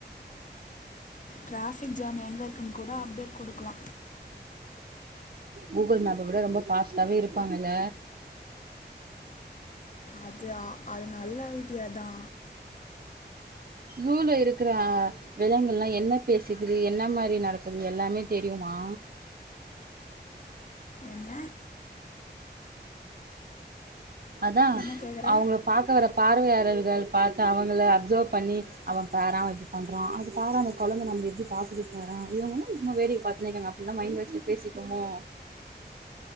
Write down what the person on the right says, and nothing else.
கூகுள் மேப்ப விட ரொம்ப ஃபாஸ்டாவே இருப்பாங்கல்ல
ஜூல இருகுறா விலங்குல்லா என்ன பேசுக்கிது என்ன மாரி நடக்குது எல்லாமே தெரியுமா
அதா
அவுங்கள பாக்க வரப் பார்வையாளர்கள் பாத்து அவங்கள அஃப்சவ் பண்ணி அவ பாரா இப்டி பண்றா அதுக்கார கொழந்த நம்மள எப்டி பாக்குது பார இவுங்க என்ன சும்மா வேடிக்க பாத்துன்னேர இக்காங்க அப்ல்லா மைண்ட் வாய்ஸ்ல பேசிக்குமோ